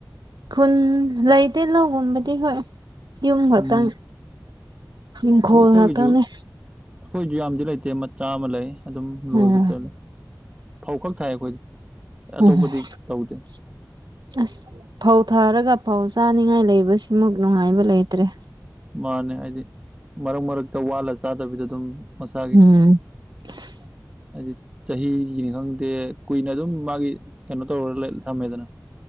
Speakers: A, on the right; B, on the right.
A: ꯈꯨꯟ ꯂꯩꯇꯦ ꯂꯧꯒꯨꯝꯕꯗꯤ ꯍꯣꯏ ꯌꯨꯝ ꯈꯛꯇꯪ
B: ꯎꯝ
A: ꯏꯪꯈꯣꯜ
B: ꯑꯩꯈꯣꯏꯒꯤꯁꯨ
A: ꯉꯥꯛꯇꯪꯅꯦ
B: ꯑꯩꯈꯣꯏꯁꯨ ꯌꯥꯝꯗꯤ ꯂꯩꯇꯦ ꯃꯆꯥ ꯑꯃ ꯂꯩ ꯑꯗꯨꯝ ꯂꯣꯏꯕ
A: ꯎꯝ
B: ꯆꯠꯂꯦ ꯐꯧ ꯈꯛ ꯊꯥꯏ ꯑꯩꯈꯣꯏꯗꯤ
A: ꯑꯣ
B: ꯑꯇꯣꯞꯄꯗꯤ ꯇꯧꯗꯦ
A: ꯑꯁ ꯐꯧ ꯊꯥꯔꯒ ꯐꯧ ꯆꯥꯅꯤꯡꯉꯥꯏ ꯂꯩꯕꯁꯤꯃꯨꯛ ꯅꯨꯡꯉꯥꯏꯕ ꯂꯩꯇ꯭ꯔꯦ
B: ꯃꯥꯅꯦ ꯍꯥꯏꯗꯤ ꯃꯔꯛ ꯃꯔꯛꯇ ꯋꯥꯜꯂ ꯆꯥꯗꯕꯤꯗ ꯑꯗꯨꯝ ꯃꯁꯥꯒꯤ
A: ꯎꯝ <unintelligible>
B: ꯍꯥꯏꯗꯤ ꯆꯍꯤꯒꯤꯅꯤ ꯈꯪꯗꯦ ꯀꯨꯏꯅ ꯑꯗꯨꯝ ꯃꯥꯒꯤ ꯀꯩꯅꯣ ꯇꯧꯔ ꯊꯝꯃꯦꯗꯅ